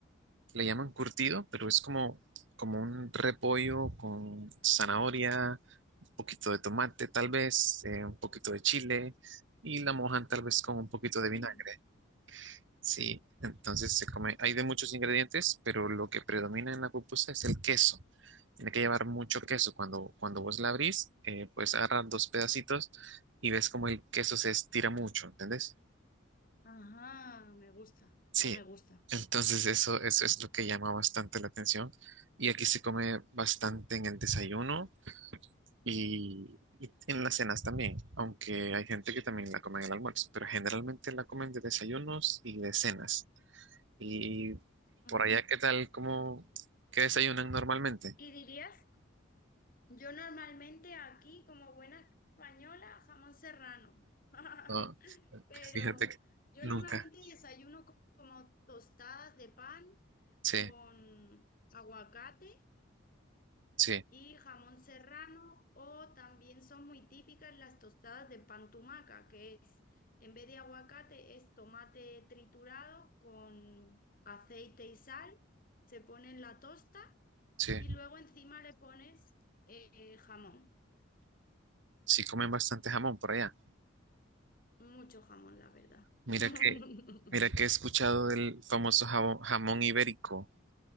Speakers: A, on the right (about 70°); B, on the left (about 45°).
A: le llaman curtido, pero es como, como un repollo con zanahoria poquito de tomate tal vez, eh, un poquito de chile y la mojan tal vez con un poquito de
B: mm,
A: vinagre. Sí, entonces se come, hay de muchos ingredientes, pero lo que predomina en la pupusa es el queso. Tiene que llevar mucho queso. Cuando, cuando vos la abrís, eh, puedes agarrar dos pedacitos y ves como el queso se estira mucho, ¿entendés?
B: Ajá, me gusta,
A: Sí,
B: ya me gusta.
A: entonces eso, eso es lo que llama bastante la atención. Y aquí se come bastante en el desayuno y, y en las cenas también, aunque hay gente que también la come en el almuerzo, pero generalmente la comen de desayunos y de cenas. Y
B: Ujú.
A: por allá, ¿qué tal? ¿Cómo, qué desayunan normalmente?
B: ¿Y dirías Yo normalmente aquí, como buena española, jamón serrano. <laughs>
A: No,
B: Pero
A: fíjate que
B: yo
A: nunca.
B: normalmente desayuno co- como tostadas de pan
A: Sí,
B: con aguacate
A: sí,
B: y jamón serrano, o también son muy típicas las tostadas de pan tumaca, que es, en vez de aguacate, es tomate triturado con aceite y sal, se pone en la tosta
A: sí.
B: y luego encima le pones eh, jamón.
A: Sí comen bastante jamón por allá.
B: Mucho jamón, la verdad.
A: Mira
B: <laughs>
A: que, mira que he escuchado del famoso jabo- jamón, ibérico.